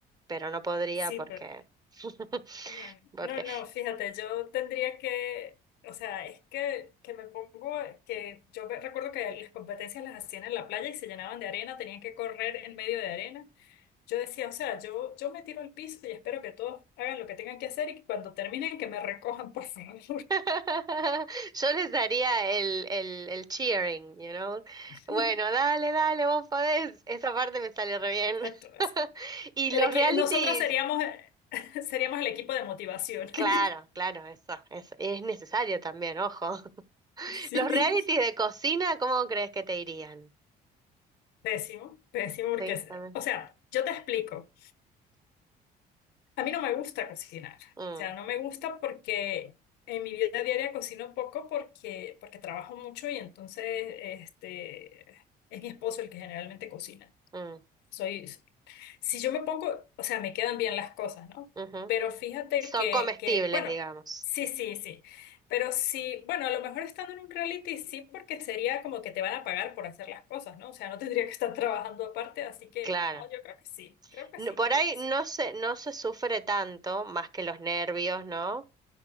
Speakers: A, on the right (about 25°); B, on the left (about 85°).
A: pero no podría
B: sí,
A: porque,
B: pero...
A: <laughs>
B: No,
A: porque
B: no, no, fíjate, yo tendría que, o sea, es que, que me pongo, que yo ve- recuerdo que las competencias las hacían en la playa y se llenaban de arena, tenían que correr en medio de arena. Yo decía, o sea, yo, yo me tiro al piso y espero que todos hagan lo que tengan que hacer y que cuando terminen que me recojan, por favor.
A: <laughs> yo les daría el, el, el cheering, you know?
B: <laughs>
A: Bueno, dale, dale, vos podés, esa parte me sale re bien.
B: Exacto, eso.
A: <laughs> Y
B: El
A: los
B: equi-
A: realities,
B: Nosotras seríamos, <laughs> seríamos el equipo de motivación.
A: claro,
B: <laughs>
A: claro, eso, eso, es necesario también, ojo.
B: Sí,
A: Los realities de cocina, ¿cómo crees que te irían?
B: pésimo, pésimo, porque,
A: Sí, también.
B: o sea, yo te explico. A mí no me gusta cocinar. O
A: Mm,
B: sea, no me gusta porque en mi vida diaria cocino poco porque, porque trabajo mucho y entonces este, es mi esposo el que generalmente cocina.
A: mm,
B: Soy, si yo me pongo, o sea, me quedan bien las cosas, ¿no?
A: ujú.
B: Pero fíjate
A: Son
B: que,
A: comestibles,
B: que, bueno,
A: digamos.
B: sí, sí, sí. Pero sí, bueno, a lo mejor estando en un reality sí, porque sería como que te van a pagar por hacer las cosas, ¿no? O sea, no tendría que estar trabajando aparte, así que,
A: Claro.
B: no, yo creo que sí, creo que
A: No-
B: sí,
A: Por
B: creo
A: ahí
B: que sí.
A: no se, no se sufre tanto, más que los nervios, ¿no?